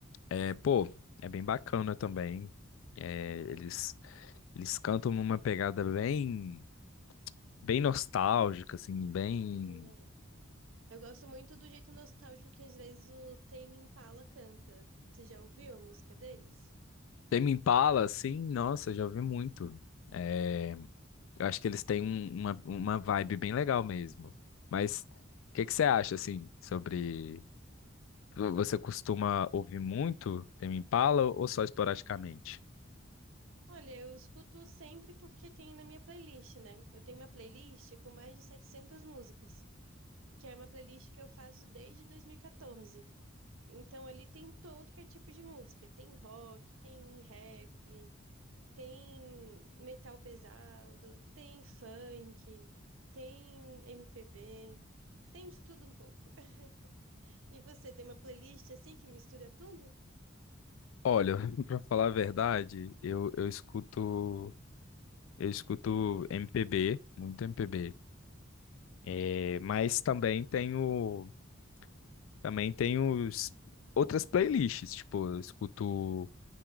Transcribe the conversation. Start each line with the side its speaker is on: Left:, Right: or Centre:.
Left: É, pô, é bem bacana também. É, eles, eles cantam numa pegada bem, bem nostálgica, assim, bem.
Right: Né. Eu gosto muito do jeito nostálgico que às vezes o Tame Impala canta. Você já ouviu a música deles?
Left: Tame Impala, assim, nossa, já ouvi muito. É, eu acho que eles têm um- uma, uma vibe bem legal mesmo. Mas o que que você acha, assim, sobre. Vo- Você costuma ouvir muito Tame Impala ou só esporadicamente?
Right: Olha, eu escuto sempre porque tem na minha playlist, né? Eu tenho uma playlist com mais de 700 músicas, que é uma playlist que eu faço desde 2014. Então ali tem todo que é tipo de música. Tem rock, tem rap, tem metal pesado, tem funk, tem MPB, tem de tudo um pouco. <laughs> E você tem uma playlist assim que mistura tudo?
Left: Olha, <laughs> para falar a verdade, eu, eu escuto eu escuto MPB, muito MPB. É, mas também tenho também tenho s- outras playlists, tipo, eu escuto